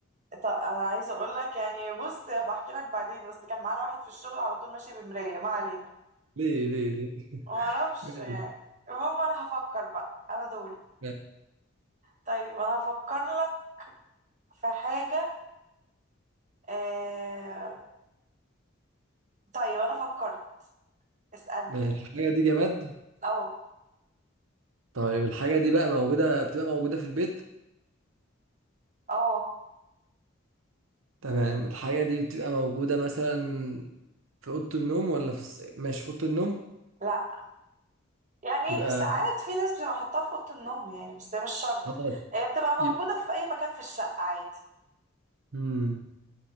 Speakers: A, on the right; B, on the right.
A: طب انا عايزه اقول لك يعني بص بحكي لك بعدين بس كان معانا واحد في الشغل على طول ماشي بمرايه ما علينا
B: ليه ليه ليه <laughs>
A: معرفش
B: ماشي
A: يعني المهم انا هفكر بقى انا دوري
B: ماشي
A: طيب انا هفكر لك في حاجة آه... طيب انا فكرت اسألني
B: ماشي. الحاجة دي جماد
A: اه
B: طيب الحاجة دي بقى موجودة بتبقى موجودة في البيت
A: اه
B: تمام الحاجة دي بتبقى موجودة مثلا في أوضة النوم ولا في الس- ماشي في أوضة النوم
A: لا يعني
B: يبقى
A: ساعات في ناس بتبقى حاطاها في اوضة النوم يعني بس هي مش شرط
B: خلاص
A: هي بتبقى موجودة
B: يبقى
A: في اي مكان في الشقة عادي
B: مم.